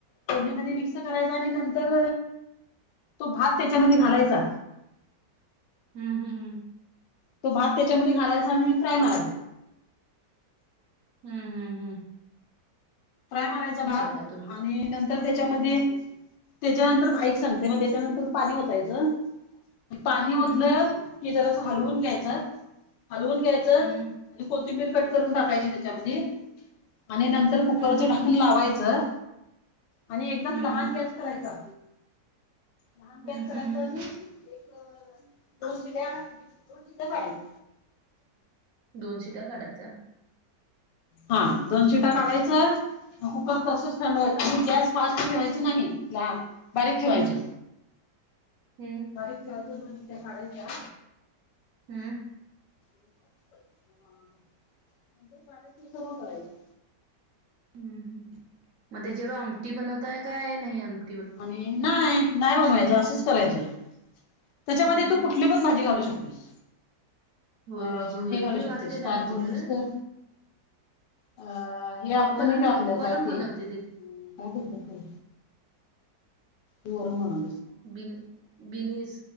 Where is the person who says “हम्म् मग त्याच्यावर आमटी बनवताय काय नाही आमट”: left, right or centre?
Right